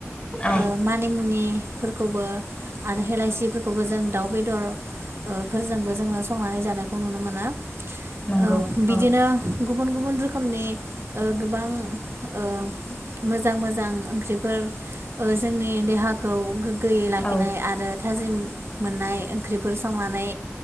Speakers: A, on the left (about 20°); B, on the right (about 55°).
A: औ
B: ओ मानिमुनिफोर खौबो आरो हेलायसिफोरखौबो जों दाउ बेदर फोरजोंबो जोङो संनानै जानायखौ नुनो मोनो।
A: नंगौ
B: ओ बिदिनो
A: औ
B: गुबुन गुबुन रोखोमनि ओ गोबां ओ मोजां मोजां ओंख्रिफोर ओ जोंनि देहाखौ गोगोयै लाखिनाय
A: औ
B: आरो थाजिम मोननाय ओंख्रिफोर संनानै